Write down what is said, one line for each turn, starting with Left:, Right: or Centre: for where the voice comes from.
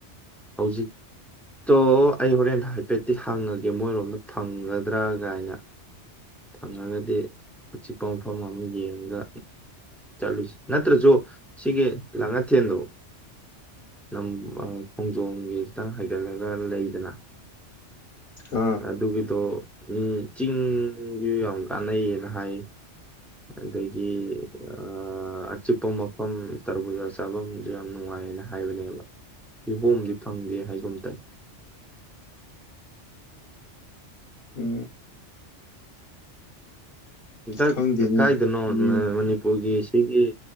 Centre: ꯍꯧꯖꯤꯛꯇꯣ ꯑꯩ ꯍꯣꯔꯦꯟ ꯍꯥꯏꯐꯦꯠꯇꯤ ꯍꯪꯉꯒꯦ ꯃꯣꯏꯔꯣꯝꯗ ꯐꯪꯒꯗ꯭ꯔꯥ ꯀꯥꯏꯅ ꯐꯪꯉꯒꯗꯤ ꯑꯆꯤꯛꯄ ꯃꯐꯝ ꯑꯃ ꯌꯦꯡꯉꯒ ꯆꯠꯂꯨꯁꯤ ꯅꯠꯇ꯭ꯔꯁꯨ ꯁꯤꯒꯤ ꯂꯥꯡꯉꯊꯦꯟꯗꯣ ꯅꯝ ꯈꯣꯡꯖꯣꯝꯒꯤ ꯈꯤꯇꯪ ꯍꯥꯏꯒꯠꯂꯒ ꯂꯩꯗꯅ
Left: ꯑꯥ
Centre: ꯑꯗꯨꯒꯤꯗꯣ ꯃꯤ ꯆꯤꯡꯁꯨ ꯌꯥꯝ ꯀꯥꯟꯅꯩꯌꯦꯅ ꯍꯥꯏ ꯑꯗꯒꯤ ꯑ ꯑꯆꯤꯛꯄ ꯃꯐꯝ ꯇꯔꯨꯕꯨꯖ ꯆꯥꯐꯝꯁꯨ ꯌꯥꯝ ꯅꯨꯡꯉꯥꯏꯌꯦꯅ ꯍꯥꯏꯕꯅꯦꯕ ꯀꯤꯍꯣꯝꯗꯤ ꯐꯪꯗꯦ ꯍꯥꯏꯒꯨꯝ ꯇꯥꯏ
Left: ꯎꯝ
Centre: ꯑ
Left: ꯈꯪꯗꯦꯅꯦ
Centre: ꯀꯥꯏꯗꯅꯣ
Left: ꯌꯦꯡ
Centre: ꯃꯅꯤꯄꯨꯔꯒꯤ ꯗꯒꯤ